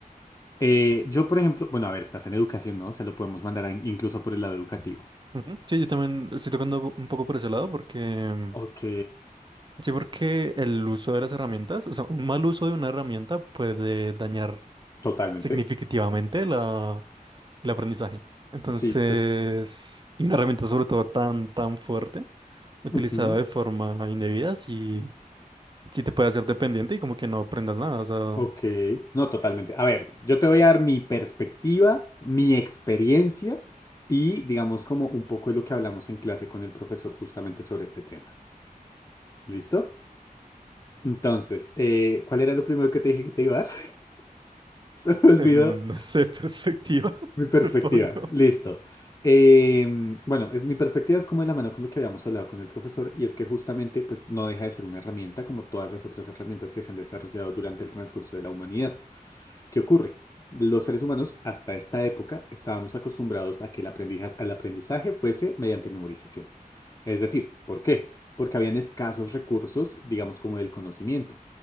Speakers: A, on the left; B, on the right.
A: Eh, yo, por ejemplo, bueno, a ver, estás en educación, ¿no? Se lo podemos mandar a- incluso por el lado educativo.
B: Ujú. Sí, yo también estoy tocando un poco por ese lado porque...
A: Ok,
B: Sí, porque el uso de las herramientas, o sea, un mal uso de una herramienta puede dañar
A: totalmente.
B: significativamente la, el aprendizaje. Entonces,
A: Sí, pues.
B: y una herramienta sobre todo tan, tan fuerte, utilizada
A: ujú,
B: de forma indebida, sí, sí te puede hacer dependiente y como que no aprendas nada, o sea,
A: Ok, no, totalmente. A ver, yo te voy a dar mi perspectiva, mi experiencia y digamos como un poco de lo que hablamos en clase con el profesor justamente sobre este tema. ¿Listo? Entonces, eh, ¿cuál era lo primero que te dije que te iba a dar? <laughs> Se me
B: <laughs>
A: olvidó.
B: no, no sé, <laughs> perspectiva, <laughs>
A: Mi perspectiva,
B: supongo.
A: listo. Eh, bueno, es, mi perspectiva es como de la mano con lo que habíamos hablado con el profesor y es que justamente pues no deja de ser una herramienta como todas las otras herramientas que se han desarrollado durante el transcurso de la humanidad. ¿Qué ocurre? Los seres humanos hasta esta época estábamos acostumbrados a que el aprendija- al aprendizaje fuese mediante memorización. Es decir, ¿por qué? Porque habían escasos recursos, digamos, como del conocimiento.